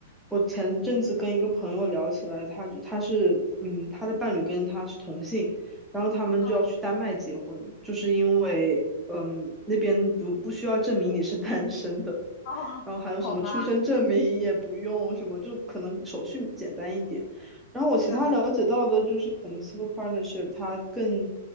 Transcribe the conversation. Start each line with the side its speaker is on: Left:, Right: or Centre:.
Centre: 我前阵子跟一个朋友聊起来，他就他是嗯，他的伴侣跟他是同性，然后他们就要去丹麦结婚，
Left: 哦，
Centre: 就是因为嗯那边不不需要证明你是 <laughs> 单身的。
Left: <laughs>
Centre: 然后还有什么出生证明也不用什么，
Left: 好吧，
Centre: 就可能手续简单一点。然后我其他了解到的就是，
Left: 这样。
Centre: 可能 civil partnership 它更